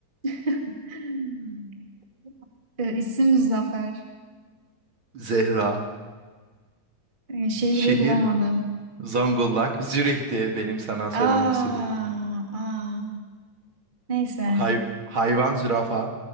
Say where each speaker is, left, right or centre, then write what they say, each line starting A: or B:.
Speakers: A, on the right; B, on the right.
A: <laughs> Ee, isim Zafer.
B: Zehra,
A: Ee, şehri
B: şehir,
A: bulamadım.
B: Zonguldak, Zürih'ti benim sana söylemek
A: Aa,
B: istediğim.
A: aa. Neyse artık.
B: Hay hayvan zürafa,